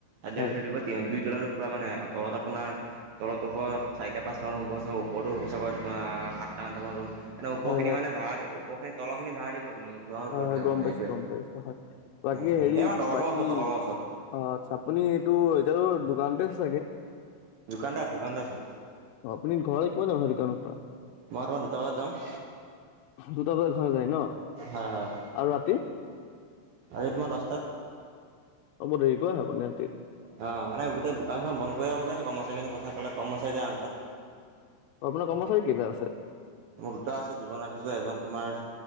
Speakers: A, on the right; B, on the left.
A: আদিয়াল
B: হয়
A: থই দিব দিয়ান দুইটলা। পুৰা মানে তলত আপোনাৰ তলত হ'ব চাৰিটা পাঁচতা মান হুব ওপৰতো হ'ব চাগৈ। সাতটা আঠটামান ৰুম উপৰখিন
B: হয় হয়
A: মানে ভড়া দি উপৰখিনি তলখিনি ভাড়া দিব। খুৰাহঁতৰ
B: হয়
A: ওপৰত
B: হয়
A: থাকিব
B: গম
A: মানে
B: পাইছো
A: সেইটোৱে
B: গম পাইছো হয় বাকী
A: উম উম
B: হেৰি
A: এই আমাৰ দলঙৰ
B: বাকী
A: ওচৰত দলঙৰ ওচৰত
B: অ আচ্ছা আপুনি এইটো এতিয়াতো দোকানতে আছে চাগে?
A: দুকানতে আছে দুকানতে আছোঁ।
B: আপুনি ঘৰলে কিমান অহা দুকানৰ পৰা
A: মই তোমাৰ দুতা বজাত যাম।
B: দুটা বজাত ঘৰ যায় ন,
A: হয় হয়
B: আৰু ৰাতি?
A: আজি তোমাৰ দস্তাত।
B: হ'ব দেৰিকৈ হব নিহঁটি।
A: অ মানে গোটেই দুকানখন বন্ধ কৰি আহোঁ যে কৰ্মচাৰিখিনি পঠাই পেলাই। কৰ্মচাৰী যায় আঠটাত
B: আপোনাৰ কৰ্মচাৰী কেইটা আছে?
A: মোৰ দুটা আছে দুজন ৰাখিছো এজন তোমাৰ